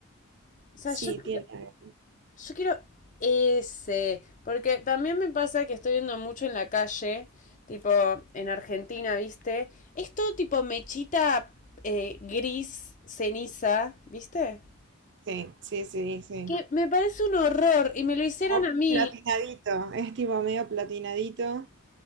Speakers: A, on the left (about 35°); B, on the right (about 55°).
A: O sea,
B: Sí,
A: yo, yo
B: tiene.
A: quiero ese. Porque también me pasa que estoy viendo mucho en la calle, tipo en Argentina, ¿viste? Es todo tipo mechita eh, gris, ceniza, ¿viste?
B: Sí, sí, sí, sí.
A: Que me parece un horror y me lo hicieron
B: Como
A: a mí.
B: platinadito, es tipo medio platinadito,